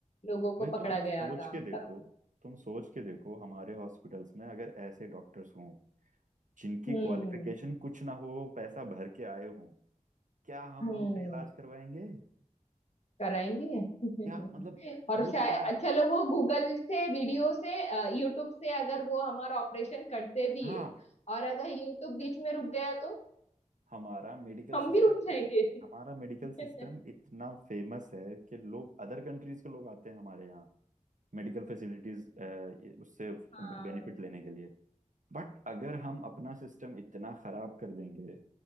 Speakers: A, on the left; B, on the right.
A: लोगों को
B: वही
A: पकड़ा
B: तुम
A: गया
B: सोच
A: था
B: के
A: मतलब
B: देखो तुम सोच के देखो हमारे हॉस्पिटल्स में अगर ऐसे डॉक्टर्स हों जिनकी
A: हम्म
B: क्वालिफिकेशन कुछ ना हो पैसा भर के आए हों क्या हम
A: हम्म
B: उनसे इलाज करवाएंगे
A: कराएंगे <laughs>
B: क्या मतलब
A: और
B: वो
A: शायद
B: क्या
A: चलो वो गूगल से वीडियो से यूट्यूब से अगर वो हमारा ऑपरेशन करते भी
B: हाँ
A: है और अगर यूट्यूब बीच में रुक गया तो
B: हमारा मेडिकल
A: हम
B: सिस्टम
A: भी रुक जाएंगे <laughs>
B: हमारा मेडिकल सिस्टम इतना फेमस है कि लोग अदर कंट्रीज के लोग आते हैं हमारे यहाँ मेडिकल फैसिलिटीज उससे
A: हाँ
B: बेनिफिट लेने के लिए बट अगर हम अपना सिस्टम इतना खराब कर देंगे